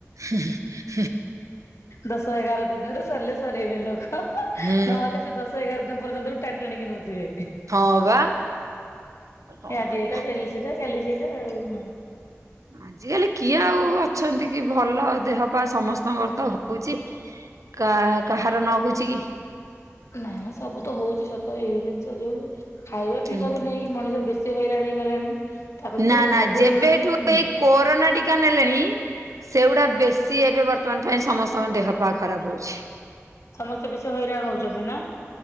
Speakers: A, on the right; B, on the left.
A: ହୁଁ-ହୁଁ-ହୁଁ‌।
B: ଦଶ ଏଗାର ଦିନରେ ସରିଲେ ସରିବେ ଲୋକ। ନହେଲେ
A: ହୁଁ
B: ସେ ଦଶ ଏଗାର ଦିନ ପର୍ଯ୍ୟନ୍ତ ବି ଟାଣି ଟାଣିକି ନଉଥିବେ‌
A: ହଁ ବା ଆଉ କଣ
B: ଆଜି
A: କରିବା।
B: ଏଇଟା କାଲି ସେଟା କାଲି ସେଇଟା ଆଉ <inaudible>
A: ଆଜିକାଲି କିଏ ଆଉ ଅଛନ୍ତି କି ଭଲ। ଦେହପା ସମସ୍ତଙ୍କର ତ ହଉଛି କା କାହା <inaudible> କି।
B: ନା ସବୁ ତ ହଉଛି ସତ ଏଇ ଜିନିଷ ଯୋଉ ଖାଇବା
A: ହୁଁ।
B: ପିଇବାକୁ ନେଇକି ମଣିଷ ବେଶୀ ସେ ହଇରାଣ ହେଇଗଲାଣି। ତାପରେ
A: ନା
B: ଯୋଉ
A: ନା
B: ଖାଦ୍ୟ
A: ଯେବେଠୁ
B: ମିଳୁଛି ତ ହୁଁ
A: ଏଇ କୋରୋନାଟି ଟିିକା ନେଲେଣି, ସେଗୁଡା ବେଶୀ ଏବେ ବର୍ତ୍ତମାନ ପାଇଁ ସମସ୍ତଙ୍କ ଦେହପା ଖରାପ ହଉଛି।
B: ସମସ୍ତେ ବେଶୀ ହଇରାଣ ହଉଛନ୍ତି ନା?